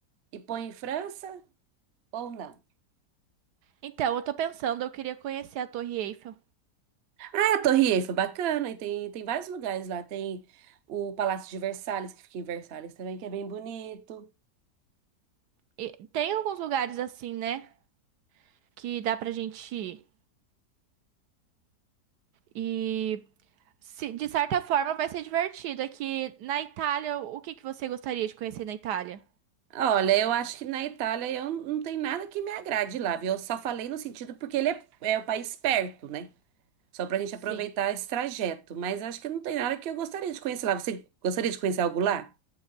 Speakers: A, on the right; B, on the right.
A: e põe em França? Ou não.
B: Então, eu tô pensando, eu queria conhecer a Torre Eiffel.
A: Ah, a Torre Eiffel, bacana. E tem, tem vários lugares lá. Tem o Palácio de Versalhes, que fica em Versalhes também, que é bem bonito.
B: E tem alguns lugares assim, né? Que dá pra gente ir. Se- de certa forma vai ser divertido. Aqui na Itália, o que que você gostaria de conhecer na Itália?
A: Olha, eu acho que na Itália eu n- não tem nada que me agrade lá, viu? Eu só falei no sentido porque ele é, é o país perto, né? Só pra gente
B: Sim.
A: aproveitar esse trajeto. Mas acho que não tem nada que eu gostaria de conhecer lá. Você gostaria de conhecer algo lá?